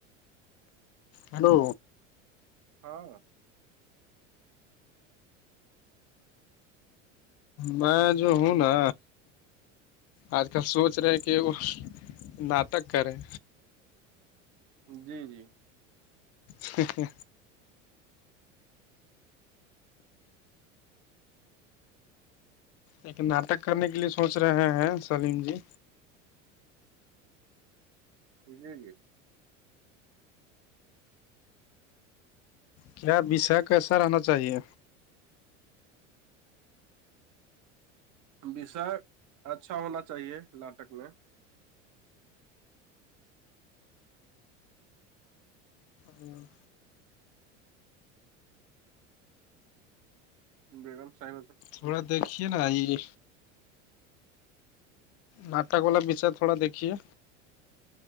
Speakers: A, on the left; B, on the right.
A: ہیلو
B: ہاں
A: میں جو ہوں نا آج کل سوچ رہے کہ وہ ناٹک کریں
B: جی جی
A: ہ ایک ناٹک کرنے کے لیے سوچ رہے ہیں سلیم جی
B: پ جے
A: کیا بشا کیسا رہنا چاہیے
B: وسر اچھا ہونا چاہیے ناٹک میں
A: ہوں
B: بیگم سائ
A: تھوڑا دیکھیے نا یہ ناٹک والا بچر تھوڑا دیکھیے